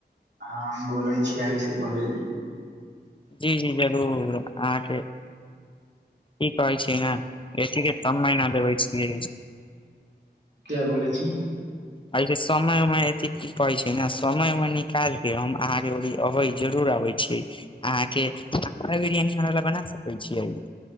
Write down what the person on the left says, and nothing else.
जी जी जरूर आहके की कहै छै न एथी के कम महीना देबे छियै
ऐसे समय ऊमय एथी की कहै छै ने समय ऊमय निकाल के हम अहाँके अबै जरूर अबै छीय अहाँ के अंडा बिरयान हमरा लै बना सकै छीयै